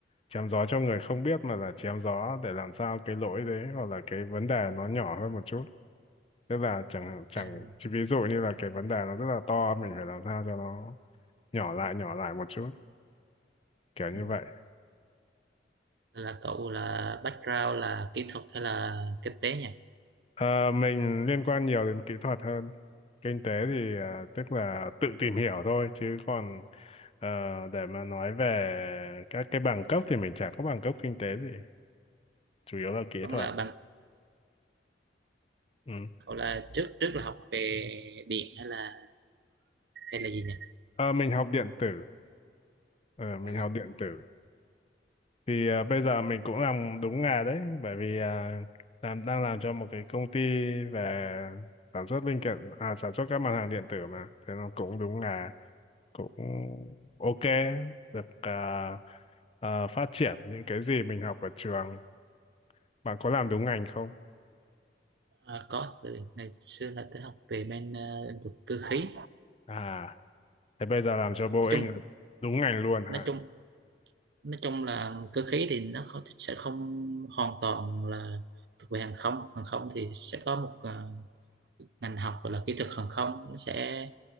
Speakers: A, on the left; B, on the right.
A: chém gió cho người không biết mà là chém gió để làm sao cái lỗi đấy hoặc là cái vấn đề nó nhỏ hơn một chút. Tức là chẳng chẳng
B: À,
A: chỉ ví dụ như là cái vấn đề nó rất là to mình phải làm sao cho nó nhỏ lại nhỏ lại một chút, kiểu như
B: ừ.
A: vậy.
B: Nên là cậu là background là kỹ thuật hay là kinh tế nhỉ
A: Ờ, mình liên quan nhiều đến kỹ thuật hơn. Kinh tế thì à, tức là tự tìm hiểu thôi chứ còn Ờ, để mà nói về các cái bằng cấp thì mình chả có bằng cấp kinh tế gì, chủ yếu là kỹ
B: vẫn
A: thuật.
B: là bằng
A: Ừ.
B: cậu là trước trước là học về điện hay là hay là gì nhỉ
A: Ờ, mình học điện tử, Ờ, mình
B: à,
A: học điện tử. Thì ờ, bây giờ mình cũng làm đúng nghề đấy, bởi vì à, làm đang làm cho một cái công ty về sản xuất linh kiện, à, sản xuất các mặt hàng điện tử mà, thế nó cũng đúng nghề, cũng ok, được à, à, phát triển những cái gì mình học ở trường. Bạn có làm đúng ngành không?
B: à, có từ ngày xưa là tôi học về bên ờ, lĩnh vực cơ khí
A: À, thế bây giờ làm cho Boeing
B: nói chung
A: là đúng ngành luôn hả?
B: nói chung nói chung là cơ khí thì nó không, sẽ không hoàn toàn là thuộc về hàng không hàng không thì sẽ có một ờ, ngành học gọi là kỹ thuật hàng không nó sẽ